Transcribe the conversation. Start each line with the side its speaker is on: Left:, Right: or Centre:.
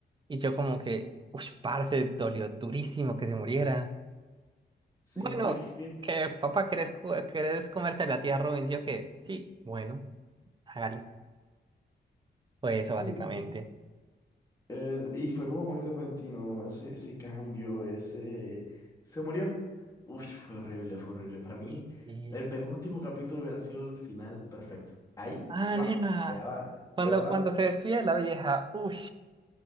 Right: y yo como que, uff, parce, dolió durísimo que se muriera.
Left: Sí,
Right: Bueno,
Left: porque es que...
Right: que papá, ¿querés, cu- querés comerte a la tía Robin? Sí, o qué? sí, bueno, hágale. Fue eso
Left: Sí.
Right: básicamente.
Left: Eh, y fue como muy repentino ese, ese cambio, ese... Se murió. Uy, fue horrible, fue horrible. Para mí,
Right: Uy, sí.
Left: el penúltimo capítulo hubiera sido el final perfecto. Ahí,
Right: Ah,
Left: ¡guau!
Right: nena.
Left: Quedaba,
Right: Cuando,
Left: quedaba...
Right: cuando se despide la vieja, uy,